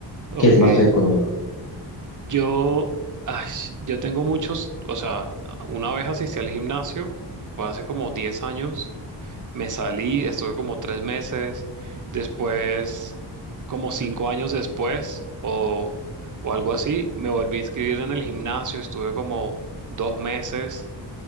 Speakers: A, on the right; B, on the left.
A: ok,
B: que es más económico.
A: yo, ay, yo tengo muchos, o sea, una vez asistí al gimnasio, fue hace como 10 años, me salí, estuve como 3 meses, después, como 5 años después, o, o algo así, me volví a inscribir en el gimnasio, estuve como 2 meses.